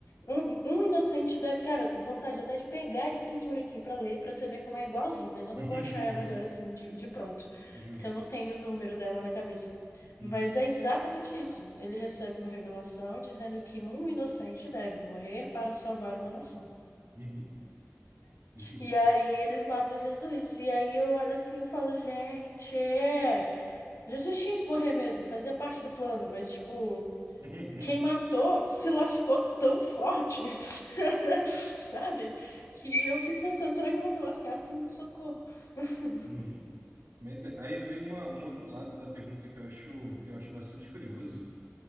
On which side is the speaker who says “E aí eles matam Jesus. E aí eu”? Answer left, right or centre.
Left